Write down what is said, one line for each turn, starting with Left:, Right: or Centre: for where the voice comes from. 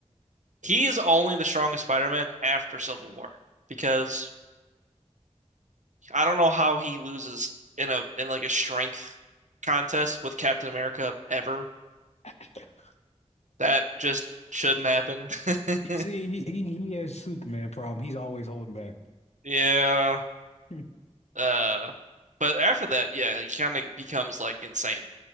Right: He is only the strongest Spider-Man after Civil War because I don't know how he loses in a in like a strength contest with Captain America ever.
Left: <laughs>
Right: That just shouldn't happen. <laughs>
Left: You see, he, he, he has Superman problem. He's always holding back.
Right: Yeah.
Left: Hmm.
Right: Uh, but after that, yeah, he kind of becomes like insane.